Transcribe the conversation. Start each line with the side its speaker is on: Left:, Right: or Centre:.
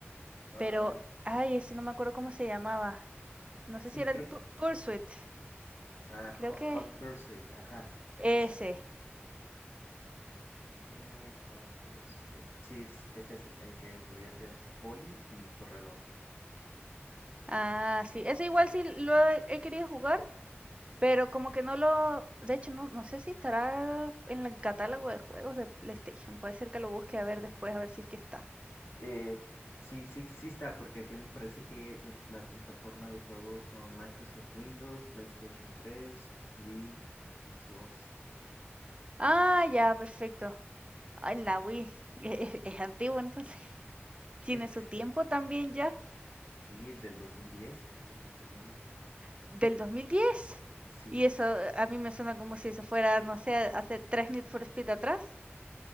Left: Ay,
Right: Pero, ay, ese no me acuerdo cómo se llamaba. No
Left: sí,
Right: sé si era
Left: creo.
Right: el Pu- Pursuit.
Left: Ah,
Right: Creo
Left: Ho-
Right: que
Left: Hot, Pursuit, ajá, creo
Right: ese.
Left: que sí. Ajá, ya espérate, Hot Pursuit. Sí, es, es ese, el que podía ser poli y corredor. Ajá.
Right: Ah, sí, ese igual sí lo he he querido jugar, pero como que no lo de hecho, no no sé si estará en el catálogo de juegos de PlayStation, puede ser que lo busque a ver después, a ver si es que está.
Left: Eh, sí, sí, sí está, porque aquí me parece que la, la plataforma de juegos son Microsoft Windows, PlayStation 3, Wii, Xbox
Right: Ah,
Left: y así.
Right: ya, perfecto. Ah, en la Wii, <laughs> e e es antiguo, entonces. <laughs> Tiene
Left: <laughs>
Right: su tiempo también ya,
Left: Sí, del 2010, es lo que estoy viendo.
Right: del 2010.
Left: Sí.
Right: Y eso eh, a mí me suena como si eso fuera, no sé, hace 3 Need for Speed atrás.